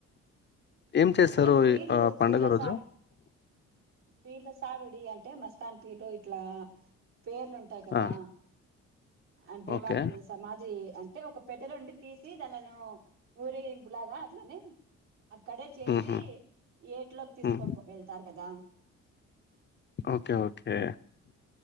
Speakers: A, on the left; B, on the right.
A: ఏం చేస్తారు
B: అంటే పీర్లు
A: ఆ పండుగ
B: పీర్లసావిడి
A: రోజు
B: పీర్లసావిడి అంటే మస్తాన్ పీర్లు ఇట్లా పేర్లుంటాయి కదా
A: ఆ!
B: అంటే
A: ఓకే.
B: వాటిని సమాధి అంటే ఒక పెట్టలోండి తీసి దలను ఊరేగింపులాగా అట్లనే అక్కడే చేసి
A: హుహు.
B: ఏట్లోకి తీస్కొన్
A: హ్మ్.
B: బొ ఎళ్తారు కదా
A: ఓకే ఓకే